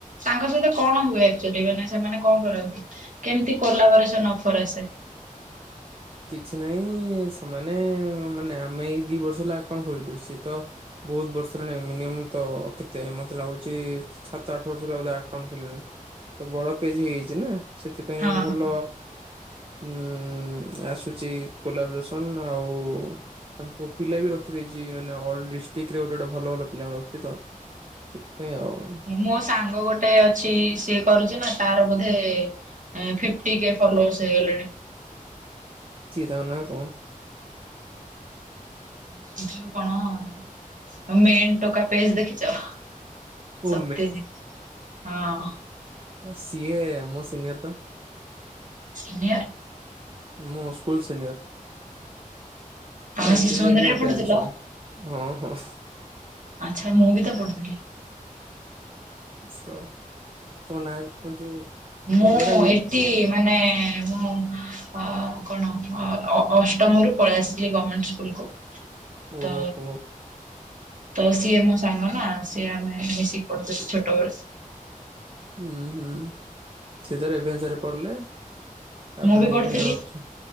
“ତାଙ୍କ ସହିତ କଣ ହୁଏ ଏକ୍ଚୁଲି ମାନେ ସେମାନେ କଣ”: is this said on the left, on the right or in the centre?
Right